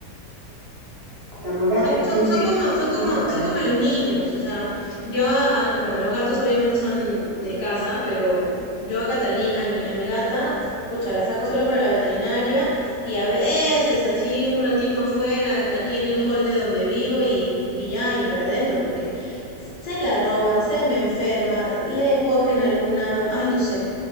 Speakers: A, on the right (about 20°); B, on the left (about 85°).
A: La maldad
B: Son,
A: de la
B: son,
A: gente
B: son como,
A: es
B: son
A: infinita,
B: como, son como los niños, o sea, yo, a- a- bueno, los gatos obviamente son de casa, pero yo a Catalina, a mi, a mi gata, pucha, la saco solo para la veterinaria y a veces así un ratito afuera, aquí en el hall de donde vivo y, y ya, y para adentro, porque se la roban, se me enferma, le cogen
A: ¿eh?
B: alguna, ay, no sé,